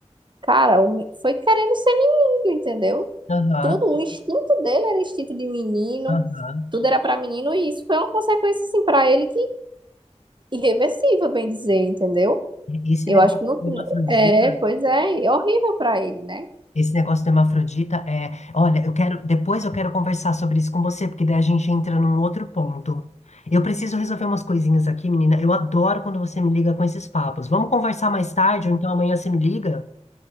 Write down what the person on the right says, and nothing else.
cara, o me- foi querendo ser menino, entendeu?
Tudo, o instinto dele era instinto de menino,
tudo era pra menino e isso foi uma consequência, assim, pra ele que irreversível, bem dizer, entendeu?
Eu
acho que não.
É, pois é, é horrível pra ele, né?